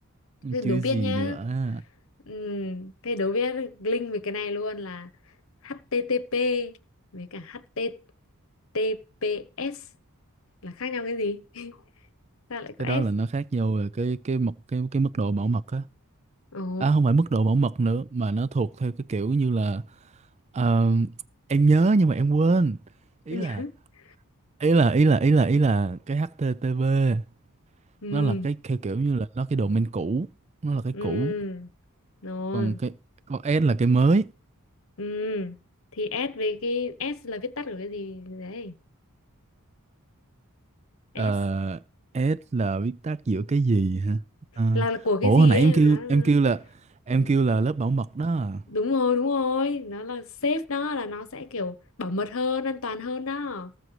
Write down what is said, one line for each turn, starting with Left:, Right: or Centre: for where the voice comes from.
Left: Thế
Right: chứ
Left: đố biết
Right: gì
Left: nhá.
Right: nữa
Left: Ừm, thế đố biết link về cái này luôn là HTTP với cả HTTPS là khác nhau cái gì? Sao lại
Right: cái
Left: có
Right: đó là nó
Left: S?
Right: khác nhau về cái cái mật cái cái mức độ bảo mật á
Left: Ồ.
Right: à không phải mức độ bảo mật nữa mà nó thuộc theo cái kiểu như là ờ, em nhớ nhưng mà em quên ý
Left: <laughs>
Right: là ý là ý là ý là ý là cái HTTP
Left: Ừ.
Right: nó là cái theo kiểu như là nó cái domain cũ nó là cái
Left: Ừ.
Right: cũ
Left: Rồi.
Right: còn cái con S là cái mới
Left: Ừ. Thì S với cái S là viết tắt của cái gì đấy?
Right: Ờ,
Left: S
Right: S là viết tắt giữa cái gì hả? Ờ,
Left: là, là của
Right: ủa
Left: cái gì
Right: hồi nãy
Left: ấy
Right: em
Left: mà
Right: kêu
Left: nó là-
Right: em kêu là em
Left: ừ,
Right: kêu là lớp bảo mật đó. à.
Left: đúng rồi, đúng rồi, nó là safe đó là nó sẽ kiểu bảo mật hơn, an toàn hơn đó.